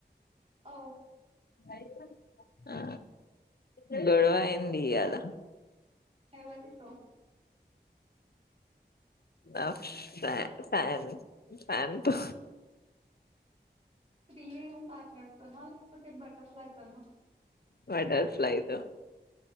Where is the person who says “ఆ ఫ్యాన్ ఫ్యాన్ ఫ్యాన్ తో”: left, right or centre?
Left